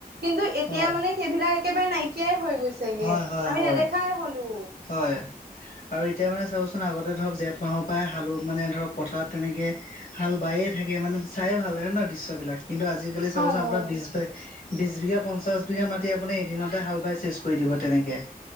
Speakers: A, on the right; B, on the left.
A: কিন্তু এতিয়া
B: হয়,
A: মানে সেইবিলাক একেবাৰে নাইকিয়াই হৈ গৈছেগে,
B: হয়, হয়,
A: আমি
B: হয়,
A: নেদেখাই হলো।
B: হয়, আৰু এতিয়া মানে চাবচোন আগতে ধৰক জেঠ মাহৰ পৰা হাল মানে ধৰক পথাৰত তেনেকে হাল বায়ে থাকে মানে চায়ে ভাল লাগে ন দৃশ্যবিলাক কিন্তু আজিকালি
A: হয়
B: চাবচোন আপোনাৰ
A: হয়
B: বিশ বিছ বিঘা, পঞ্চাশ বিঘা, মাটি আপুনি এদিনতে হাল বাই চেচ কৰি দিব তেনেকে